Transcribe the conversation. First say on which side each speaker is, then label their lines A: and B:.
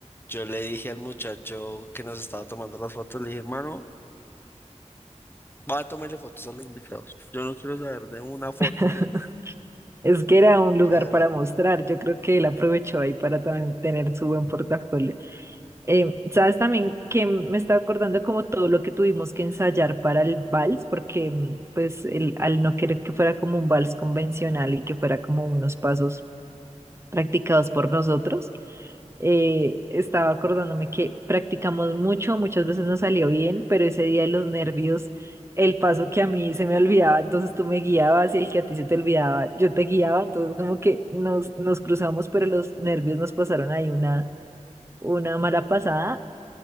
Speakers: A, on the left (about 20°); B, on the right (about 20°).
A: Yo le dije al muchacho que nos estaba tomando las fotos, le dije, hermano, va a tomarle fotos a los invitados. Yo no quiero saber de una foto
B: <laughs>
A: más
B: Es que era un
A: el
B: lugar
A: día de
B: para
A: hoy".
B: mostrar. Yo creo que él aprovechó ahí para también tener su buen portafolio. Eh, sabes también que me estaba acordando como todo lo que tuvimos que ensayar para el vals, porque mm, pues el, al no querer que fuera como un vals convencional y que fuera como unos pasos practicados por nosotros eh, estaba acordándome que practicamos mucho, muchas veces no salió bien, pero ese día de los nervios, el paso que a mí se me olvidaba, entonces tú me guiabas y el que a ti se te olvidaba, yo te guiaba, entonces como que nos, nos cruzamos, pero los nervios nos pasaron ahí una, una mala pasada